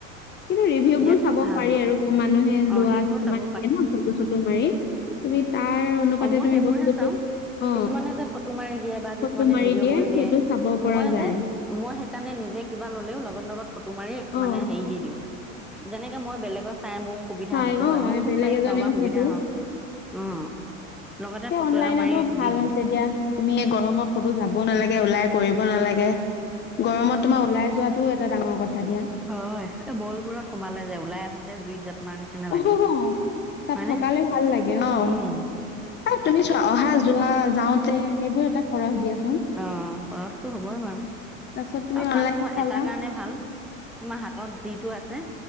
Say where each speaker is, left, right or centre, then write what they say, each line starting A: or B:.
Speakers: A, on the left; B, in the centre.
A: কিন্তু ৰিভিউ
B: ইয়াত
A: বোৰ চাব
B: ভাল
A: পাৰি আৰু মানুহে
B: অঁ
A: লোৱা
B: সেইবোৰ
A: কিছুমান
B: চাব
A: থাকে ন ফটো মাৰি তুমি তাৰ অনুপাতে
B: অ মই
A: তুমি
B: সেইবোৰহে
A: বস্তুটো
B: চাও
A: অ
B: কিছুমানে যে ফটো মাৰি দিয়ে বা কিছুমানে
A: ফটো মাৰি
B: ভিডিঅ' কৰি
A: সেইটো
B: দিয়ে
A: চাব পৰা
B: মই
A: যায়
B: যে মই সেইকাৰণে নিজে কিবা ললেও লগত লগত ফটো মাৰি
A: অ
B: মানে হেৰি দি দিওঁ যেনেকে মই বেলেগৰ চাই মোৰ সুবিধা
A: চাই
B: হৈছে
A: অ
B: হয় মোৰতো
A: বেলেগ
B: চাইও
A: এজনেও
B: কাৰোবাৰ সুবিধা
A: সেইটো
B: হওক উম লগতে
A: সেই
B: ফটো
A: অনলাইনতো
B: এটা মাৰি
A: ভাল
B: দি দিওঁ
A: হৈছে দিয়া তুমি এই গৰমত ক'তো যাব নালাগে ওলাই কৰিব নালাগে গৰমত তোমাৰ ওলাই যোৱাটোও এটা ডাঙৰ কথা দিয়া
B: হয় এই ম'ল বোৰত সোমালে যে ওলাই আহোতে জুইত জাপ মাৰা নিচিনা
A: অ
B: লাগে
A: হ অ তাত
B: হয়নে
A: থকালে ভাল লাগে অ
B: উম
A: তুমি চোৱা অহা যোৱা যাওঁতে সেইবোৰ এটা খৰচ দিয়াচোন
B: অ খৰচটো হ'বই বাৰু
A: তাৰপিছত তুমি
B: আৰু
A: অনলাইন
B: তাত মই
A: চালা
B: এটা কাৰণে ভাল তোমাৰ হাতত যিটো আছে